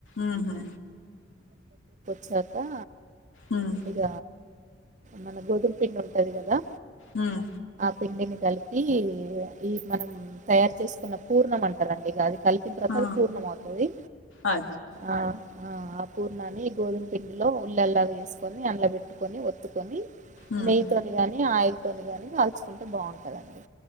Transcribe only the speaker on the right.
చతా
ఇగ మన గోధుమ పిండి ఉంటది గదా
పిండిని కలిపి ఇగ ఈ మనం తయారు చేసుకున్న పూర్ణం అంటారండి ఇగ అది కలిపిన తర్వాత
అది పూర్ణం అవుతది
ఆ ఆ ఆ పూర్ణాన్ని గోధుమ పిండిలో ఉల్లల్లాగ ఏసుకొని అండ్ల బెట్ కట్టుకొని ఒత్తుకొని
నెయ్యి తోని గాని ఆయిల్ తోని గాని కాల్చుకుంటే బాగుంటదండి